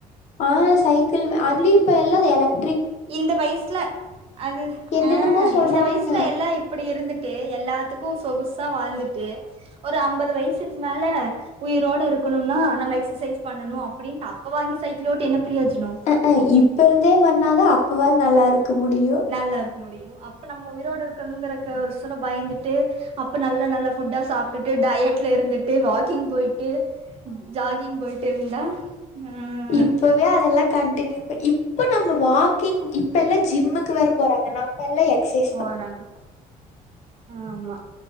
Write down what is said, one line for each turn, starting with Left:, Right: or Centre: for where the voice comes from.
Left: ஆ சைக்கிள் அதுலயு இப்ப எல்லா எலக்
Right: இந்த வயசுல அது
Left: என்னென்னமோ
Right: ஆ
Left: சொல்றாங்க
Right: இந்த வயசுல எல்லா இப் இப்புடி இருந்துட்டு எல்லாத்துக்கு சொகுசா வாழ்ந்துட்டு ஒரு அம்பது வயசுக்கு மேல உயிரோட இருக்கணும்னா நம்ம எக்ஸசைஸ் பண்ணணு அப்படின் அப்ப வாங்கி சைக்கிள் ஓட்டி என்ன பிரியோஜனோ
Left: அ இப்ப இருந்தே வண்ணாதா அப்பவாது நல்லா இருக்க முடியு
Right: நல்லா இருக்க முடியு அப்ப நம்ம உயிரோட இருக்கணுங்கறக்கு ஒரு சிலர் பயந்துட்டு அப்ப நல்ல நல்ல ஃபுட்டா சாப்ட்டுட்டு டயட்ல இருந்துட்டு ட்டு வாக்கிங் போயிட்டு ஜாகிங் போயிட்டு இருந்தா ஆ
Left: இப்பவே அதெல்லா கண்டினியூ பண்ண இப்ப நம்ம வாக்கிங் இப்ப எல்லாம் ஜிம்முக்கு வேற போறாங்க நம் இப்பலா எக்ஸே
Right: போறாங் ஆமா